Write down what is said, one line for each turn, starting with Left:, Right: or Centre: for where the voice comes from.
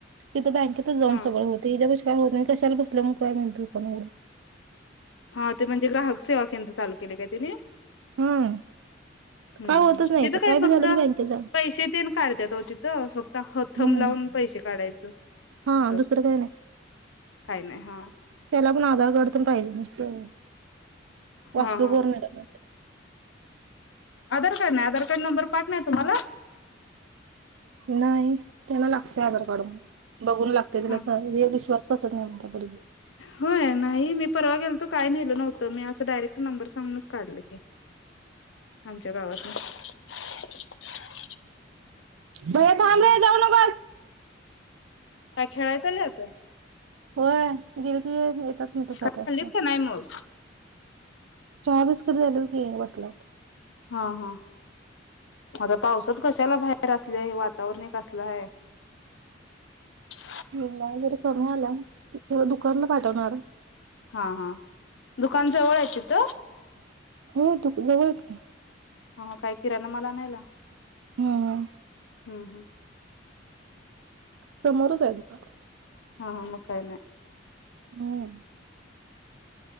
Right: तिथं बँकेतच जाऊन
Left: हा
Right: सगळंतं होतय हेत कस काय होत नाही, कश्याला बसल्या मग काय दुकान वाढवून.
Left: हा ते म्हणजे ग्राहक सेवा केंद्र चालू केले काय तुमी.
Right: हम्म
Left: हम्म
Right: काय होतच
Left: हम्म
Right: नाही
Left: तिथं
Right: इथं
Left: काय फक्त
Right: बी झालं की बँकेत जावा
Left: पैसे तेन काढते त्यात ओ फक्त ह थम
Right: हम्म
Left: लावून पैशे काढायच
Right: हा
Left: अस.
Right: दुसरं काही नाही
Left: काही नाही हा.
Right: त्याला पण आधार कार्ड तेन पाहिजे म पास
Left: हा
Right: बुक
Left: हा
Right: वर मिळत न्हाय
Left: आधार कार्ड नाही आधार कार्ड नंबर पाठणार तुम्हाला.
Right: नाही. त्याना लागते आधार कार्ड म्हणून बघून लागते त्याला
Left: ह
Right: विश्वास बसत नाही म्हणत्या तरी ते.
Left: होय नाही मी परवा गेलतो काय नेल नव्हतं मी असं डायरेक्ट नंबर सांगूनच काढल की आमच्या गावातन. <inaudible>
Right: भैया थांब रे जाऊ नगस.
Left: काय खेळाय चालल्यात.
Right: होय गेल की येतात म ते सात
Left: खाल्लीत
Right: वाजताच.
Left: का नाही मग?
Right: चहा बिस्कीट झालय की बसल्यात.
Left: हा हा आता पावसात कशाला बाहेर असले हे वातावरण कसलं हाय. <unintelligible>
Right: म नाय जर कमी आला तेला दुकानला पाठवणार.
Left: हा हा दुकान जवळ हाय तीत.
Right: हो तीत जवळय तीत.
Left: हा काय किराण माल आणायला
Right: हं हां
Left: हूं हूं
Right: समोरच आहे दुकान.
Left: हा मग काय नाय.
Right: होय.